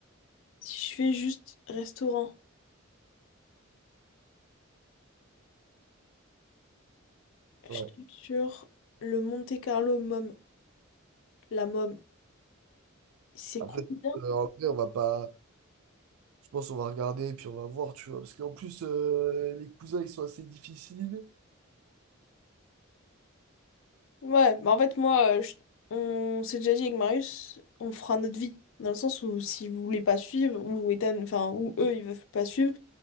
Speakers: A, on the left (about 65°); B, on the right (about 85°).
A: Si je fais juste restaurant,
B: Ouais.
A: je tombe sur le Monte Carlo Mom, la Mom. C'est
B: Après,
A: combien?
B: euh, en vrai, on va pas. Je pense qu'on va regarder et puis on va voir, tu vois. Parce qu'en plus, euh, les cousins, ils sont assez difficiles.
A: Ouais, bah en fait, moi, euh, je- on s'est déjà dit avec Marius, on fera notre vie. Dans le sens où si vous voulez pas suivre, ou Ethan, enfin, ou eux, ils veulent pas suivre,